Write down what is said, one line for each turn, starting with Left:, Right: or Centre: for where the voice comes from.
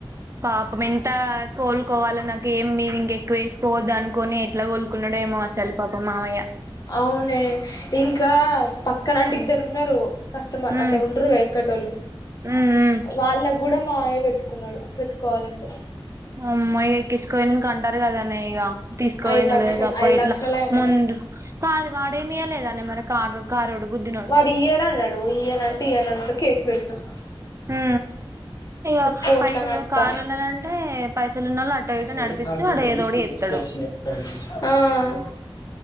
Right: పాపం ఎంతా? కోలుకోవాల నాకు ఏం మీది ఇంకెక్కువ ఏసుకోవద్దు అనుకొని, ఎట్ల కోలుకున్నడో ఏమో! అసలు పాపం మావయ్య.
Left: అవునే, ఇంకా పక్కన అంటే ఇద్దరు ఉన్నరు. కస్టమర్
Right: ఉమ్
Left: అంటే ఉంటరుగా క్కటోళ్ళు,
Right: ఉమ్ ఉమ్
Left: వాళ్ళకు గూడా మావయ్య బెట్టుకున్నడు, పెట్టుకోవాలంటే
Right: అమ్మాయి ఎక్కించుకు వొయినంక, అంటరు గదనే ఇగా తీసుకో బొయినో
Left: ఐదు లక్షలు
Right: లేదో, అప్పో
Left: ఐదు
Right: ఎట్లా?
Left: లక్షలు అయినాయే
Right: ముందు కాదు, వాడేమీయలేదనే మరి ఆ కాగ్ కారోడు గుద్దిన్
Left: వాడు ఇయ్యనన్నడూ, ఇయ్యనంటే ఇయ్యనన్నడు, కేసు బెట్టినం.
Right: ఊ, ఇగ
Left: కోర్టుల
Right: పైసలూ,
Left: నడుత్తానయ్
Right: కారు ఉన్నదంటే పైసలు ఉన్నోళ్ళను అటో ఇటో
Left: లేటు
Right: నడిపిచ్చి,
Left: సార్కు
Right: వాడు
Left: పోయి
Right: ఏదో ఒకటి జేత్తడు.
Left: ఎక్స్పోర్ట్స్ ఆ